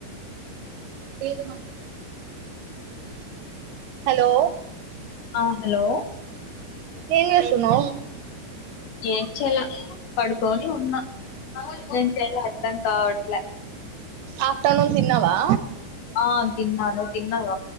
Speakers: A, on the right; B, on the left.
A: ఏ అ హలో
B: ఆ హలో
A: ఏంస్తున్నావు
B: ఏం చేాల పడుకొని ఉన్నా నేం చేాల అర్థం కావట్లే
A: ఆఫ్టర్నూన్ తిన్నావా
B: ఆ తిన్నాను తిన్నద